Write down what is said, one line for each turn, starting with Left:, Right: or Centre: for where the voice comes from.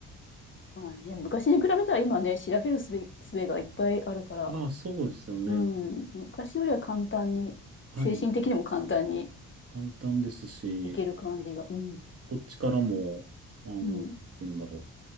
Left: まあね、昔に比べたら今ね、調べるすべ、すべがいっぱいあるから、
Right: ああ、そうですよね。
Left: うん、
Right: なんか、
Left: 昔よりは簡単に、
Right: はい。
Left: 精神的にも簡単に
Right: 簡単ですし、
Left: いける感じが。うん、
Right: こっちからも、あの、
Left: うん、
Right: なんて言うんだろ